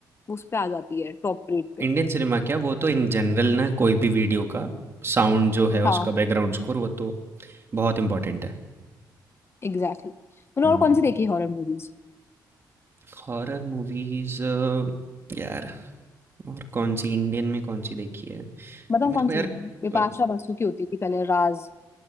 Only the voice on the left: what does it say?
उस पे आ जाती है टॉप रेट पे
हाँ।
Exactly exactly. मैंने
और कौन सी देखी हॉरर मूवीज
बताऊँ
कौन
सी
बिपाशा
बसु की होती थी पहले राज